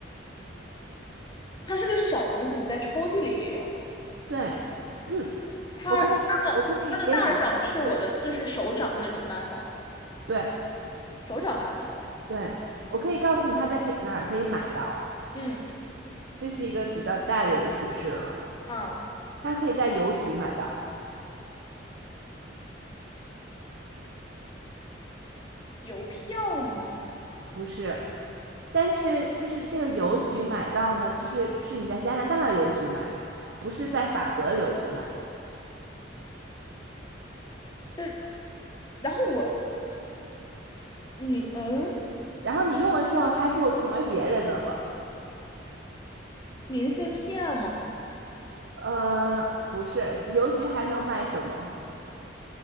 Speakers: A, on the left (about 25°); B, on the right (about 65°).
A: 它是个小东西，你在抽屉里也有。
B: 对。<clears throat>
A: 它它的它的大小是我的，
B: 我可以告，我可以给你个提示，
A: 就是手掌那种大小的，
B: 对
A: 手掌大小的。
B: 对，我可以告诉你他在可以哪儿可以买到，
A: 嗯
B: 这是一个比较大的一个提示了。
A: 啊。
B: 他可以在邮局买到，
A: 邮票吗？
B: 不是，但是就是这个邮局买到呢，就是是你在加拿大的邮局买，不是在法国的邮局买。
A: 这，然后我，你嗯，
B: 然后你用了之后，它就成为别人的了。
A: 明信片吗？
B: 呃，不是，邮局还能卖什么？